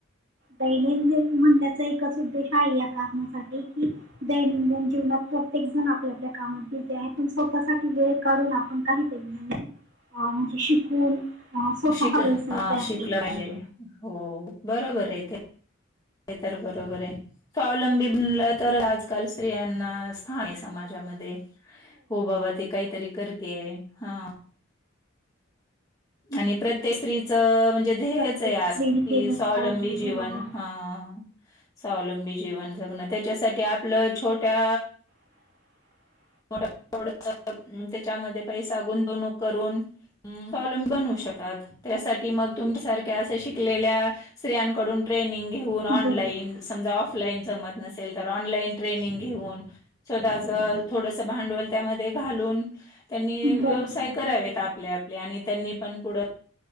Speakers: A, on the right; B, on the left.
A: दैनंदि म्हणण्याचा एकच उद्देश आहे या कारणासाठी कि दैनंदिन जीवनात प्रत्येक जण आपल्या आपल्या कामात बिझी आहे पण स्वतःसाठी वेळ काढून आपण काहीतरी म्हणजे शिकून स्वतः
B: शिक
A: चा
B: हां
A: व्यवसाय तयार
B: शिकलं
A: केला
B: पाहिजे. हो बरोबर आहे ते. ते तर बरोबर आहे. स्वावलंबी बनलं तर आजकाल स्त्रियांना स्थानिक समाजामध्ये हो बाबा ते काहीतरी कर ते हा आणि प्रत्येक स्त्रीचं म्हणजे ध्येयच
A: प्रत्येक
B: आहे
A: स्त्रीने
B: आज कि
A: केलंच
B: स्वावलंबी
A: पाहिजे बरोबर
B: जीवन ह ह स्वावलंबी जीवन जगण त्याच्यासाठी आपलं छोट्या
A: ह
B: थड त्याच्यामध्ये पैसा गुंतवणूक करून कॉलंम बनवू शकतात त्यासाठी मग तुमच्यासारख्या अशा शिकलेल्या स्त्रियांकडून ट्रेनिंग घेऊन ऑनलाईन
A: बरोबर
B: समजा ऑफ फलाईन जमत नसेल तर ऑनलाईन ट्रेनिंग घेऊन स्वतःच थोडस भांडवल त्यामध्ये घालून त्यांनी
A: बरोबर
B: व्यवसाय करावेत
A: हो
B: आपले आपले आणि त्यांनी पण पुढं